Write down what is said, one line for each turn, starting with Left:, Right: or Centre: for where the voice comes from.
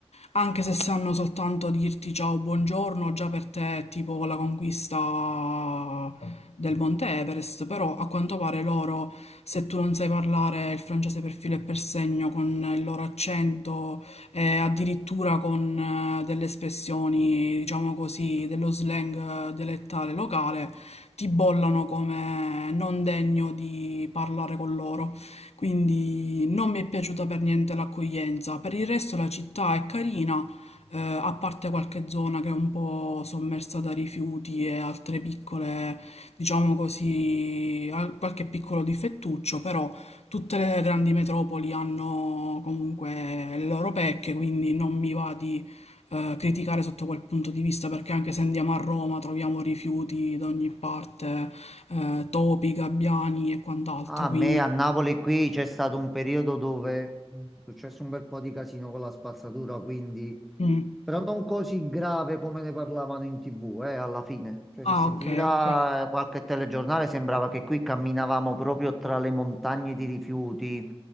Left: anche se sanno soltanto dirti ciao, buongiorno, già per te è tipo la conquista del Monte Everest, però a quanto pare loro, se tu non sai parlare il francese per filo e per segno con il loro accento e addirittura con eh, delle espressioni, diciamo così, dello slang eh, dialettale locale, ti bollano come non degno di parlare con loro. Quindi non mi è piaciuta per niente l'accoglienza. Per il resto la città è carina, eh, a parte qualche zona che è un po' sommersa da rifiuti e altre piccole, diciamo così, al- qualche piccolo difettuccio, però tutte le grandi metropoli hanno comunque le loro pecche, quindi non mi va di eh, criticare sotto quel punto di vista, perché anche se andiamo a Roma troviamo rifiuti da ogni parte, eh, topi, gabbiani e quant'altro,
Centre: A
Left: quindi...
Centre: me a Napoli qui c'è stato un periodo dove mm, è successo un bel po' di casino con la spazzatura, quindi...
Left: mm.
Centre: Però non così grave come ne parlavano in TV, eh, alla fine. Cioè,
Left: Ah,
Centre: se sentivi
Left: ok,
Centre: la,
Left: ok.
Centre: qualche telegiornale sembrava che qui camminavamo proprio tra le montagne di rifiuti,